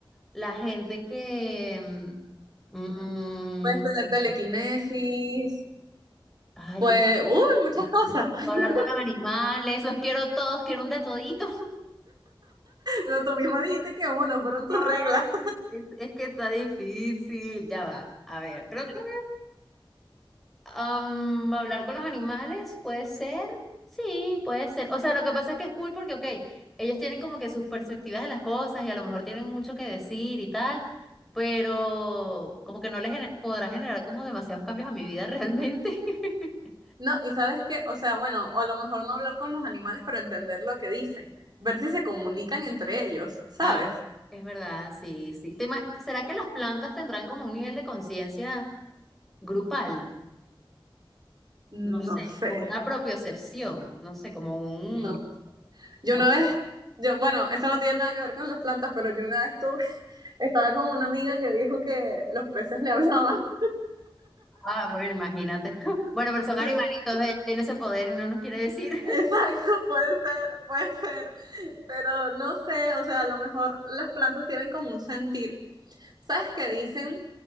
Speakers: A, in the centre; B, on the right.
A: La gente que mm, mm,
B: Puedes tener telequinesis,
A: Ay,
B: pues, uy, muchas cosas. <laughs>
A: Puedo hablar con los animales, los quiero todos, quiero un de todito.
B: No, tú misma dijiste que uno, fueron tus
A: Ah,
B: reglas. <laughs>
A: Es, es que está difícil. Ya va. A ver, creo que am, hablar con los animales puede ser. Sí, puede ser. O sea, lo que pasa es que es cool porque, ok, ellos tienen como que sus perspectivas de las cosas y a lo mejor tienen mucho que decir y tal, pero como que no les gener- podrá generar como demasiados cambios a mi vida realmente. <laughs>
B: No, y sabes qué, o sea, bueno, o a lo mejor no hablar con los animales, pero entender lo que dicen, ver si se comunican entre ellos, ¿sabes?
A: Ah, es verdad, sí, sí. Te ima- ¿Será que las plantas tendrán como un nivel de conciencia? Grupal,
B: No
A: no sé,
B: sé.
A: como una propiocepción, no sé, como un...
B: No. Yo
A: No.
B: una vez, yo, bueno, esto no tiene nada que ver con las plantas, pero yo una vez tuve, <laughs> estaba con una amiga que dijo que los peces le <laughs> hablaban.
A: Ah, bueno, imagínate. <laughs> Bueno, pero son animalitos,
B: Sí,
A: ellos tienen ese poder y no nos quiere decir. <laughs>
B: exacto, puede ser, puede ser. Pero no sé, o sea, a lo mejor las plantas tienen como un sentir. ¿Sabes qué dicen?